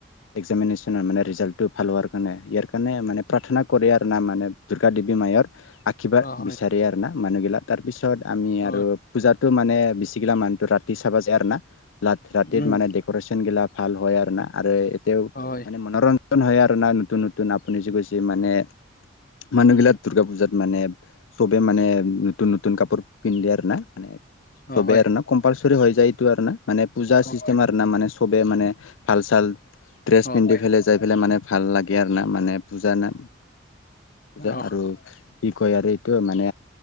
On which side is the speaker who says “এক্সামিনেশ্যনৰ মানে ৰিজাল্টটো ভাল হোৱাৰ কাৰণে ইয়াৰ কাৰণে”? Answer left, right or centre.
Left